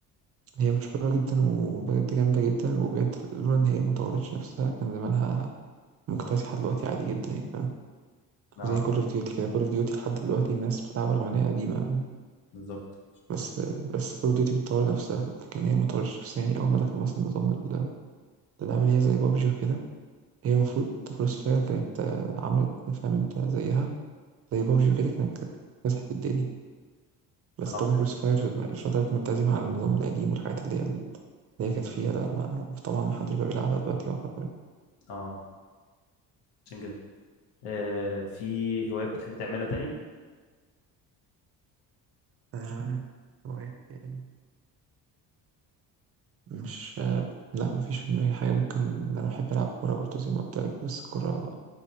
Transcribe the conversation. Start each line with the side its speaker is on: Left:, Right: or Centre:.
Right: هي مشهورة جدا وبجد جامدة جدا وبجد لولا إن هي ما طورتش نفسها كان زمانها مكتسحة دلوقتي عادي جدا يعني فاهم
Left: اه
Right: زي كول اوف ديوتي كده كول اوف ديوتي لحد دلوقتي الناس بتلعبها رغم ان هي قديمة
Left: بالظبط
Right: بس بس كول اوف ديوتي بتطور نفسها لكن هي ما طورتش نفسها يعني اول ما دخل مثلا نظام ال- الالعاب اللي هي زي بابجي وكده هي المفروض كروس فاير كانت آه، عملت فاهم انت زيها زي بابجي وكده كانت كانت مسحت الدنيا بس
Left: اه
Right: طبعا
Left: فعلا.
Right: كروس فاير فضلت ملتزمة على النظام القديم والحاجات اللي هي اللي هي كانت فيها لا ما طبعا محدش بقى بيلعبها دلوقتي يعتبر
Left: اه عشان كده آه، في هوايات بتحب تعملها تاني؟
Right: آه، هوايات يعني مش آه، لا مفيش في دماغي حاجة ممكن أنا بحب ألعب كورة برضه زي ما قلت لك بس الكورة